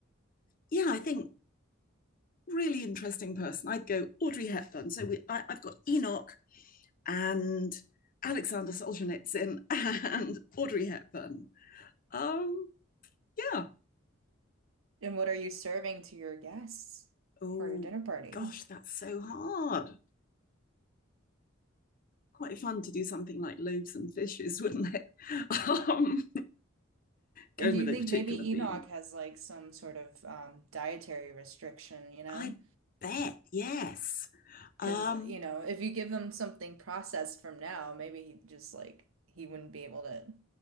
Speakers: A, on the left; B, on the right.
A: yeah, I think really interesting person. I'd go Audrey Hepburn. So we, I, have got Enoch and Alexander Solzhenitsyn and <laughs> Audrey Hepburn. Um, yeah.
B: And what are you serving to your guests
A: Oh
B: for your dinner party?
A: gosh, that's so hard. Quite fun to do something like loaves and fishes, wouldn't it? <laughs> Um, going
B: And do
A: with
B: you
A: a
B: think
A: particular
B: maybe
A: theme.
B: Enoch has like some sort of um, dietary restriction, you know?
A: I bet yes. Um,
B: Because, you know, if you give him something processed from now, maybe he just like he wouldn't be able to,